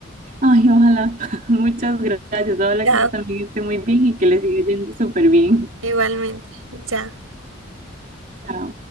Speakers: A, on the right (about 40°); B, on the right (about 85°).
A: Ay, ojalá. <laughs> Muchas gracias. Ojalá
B: Ya,
A: que usted también esté muy bien y que le siga yendo súper bien.
B: igualmente. Ya.
A: Chao.